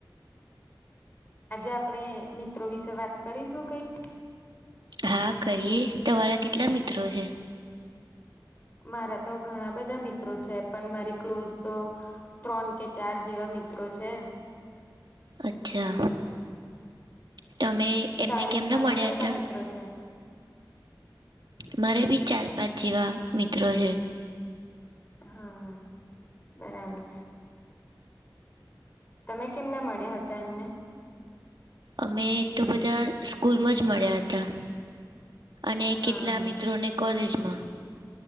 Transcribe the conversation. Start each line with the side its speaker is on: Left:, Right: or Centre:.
Left: આજે આપણે મિત્રો વિશે વાત કરીશું કંઈક
Right: હા કરીએ તમારા કેટલા મિત્રો છે?
Left: મારા તો ઘણા બધા મિત્રો છે પણ મારી ક્લોઝ તો ત્રણ કે ચાર જેવા મિત્રો છે.
Right: અચ્છા તમે એમને
Left: તારે
Right: કેમના
Left: તમારે
Right: મળ્યા
Left: કેટલા
Right: હતા?
Left: મિત્રો છે.
Right: મારે બી ચાર પાંચ જેવા મિત્રો છે.
Left: હા બરાબર તમે કેમને મળ્યા હતા એમને
Right: અમે તો બધા સ્કૂલમાં જ મળ્યા હતા. અને
Left: હા
Right: કેટલા મિત્રોને કોલેજમાં